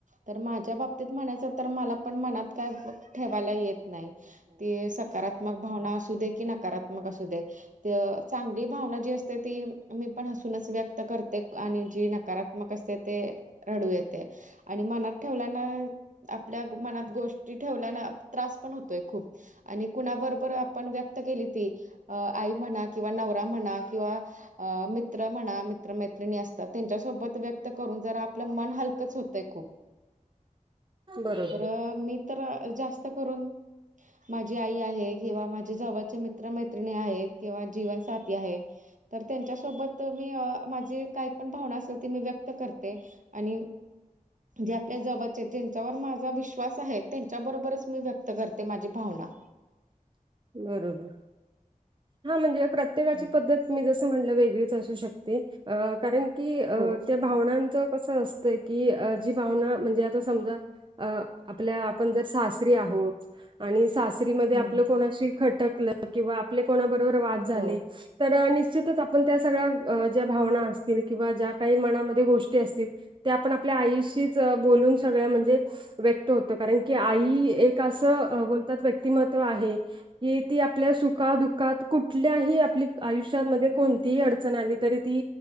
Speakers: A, on the right; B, on the right.
A: तर माझ्या बाबतीत म्हणायचं तर मला पण मनात काय ठेवायला येत नाही ते सकारात्मक भावना असू दे की नकारात्मक असू दे ते चांगली भावना जी असते ती मी पण हसूनच व्यक्त करते, आणि जी नकारात्मक असते ते रडू येते. आणि मनात ठेवल्यान, आपल्या मनात गोष्टी ठेवल्यान त्रास पण होतोय खूप आणि कुणाबरोबर आपण व्यक्त केली ती अ आई म्हणा किंवा नवरा म्हणा किंवा? अ मित्र म्हणा मित्रमैत्रिणी असतात त्यांच्यासोबत व्यक्त करून जरा आपलं मन हलकंच होतंय खूप.
B: बरोबर
A: तर मी तर जास्त करून माझी आई आहे. किंवा माझे जवळचे मित्रमैत्रिणी आहेत किंवा जीवनसाथी आहे. त्यांच्या सोबत मी माझी काय पण भावना असेल ती मी व्यक्त करते आणि जे आपल्या जवळचे ज्यांच्यावर माझा विश्वास आहे त्यांच्याबरोबरच मी व्यक्त करते माझी भावना.
B: बरोबर, हा म्हणजे प्रत्येकाची
A: हम्म.
B: पद्धत मी जसं म्हणलं वेगळीच असू शकते अ कारण की अ
A: हो
B: त्या भावनांच कसं असतंय की जी भावना म्हणजे आता समजा अ आपल्या आपण जर सासरी आहोत. आणि सासरीमध्ये
A: हम्म
B: आपलं कोणाशी खटकलं किंवा आपले कोणाबरोबर वाद झाले.
A: हो
B: तर निश्चितच आपण त्या सगळ्या ज्या भावना असतील, किंवा ज्या काही मनामध्ये गोष्टी असतील त्या आपण आपल्या आईश च बोलुन न सगळ म्हणजे व्यक्त होत कारण की आई एक अस व्यक्तीत व्यक्तिमत्व आहे त ही ती आपल्या सुखादुखात कुठल्याही आपली आयुष्यामध्ये कोणतीही अडचण आली तरी ती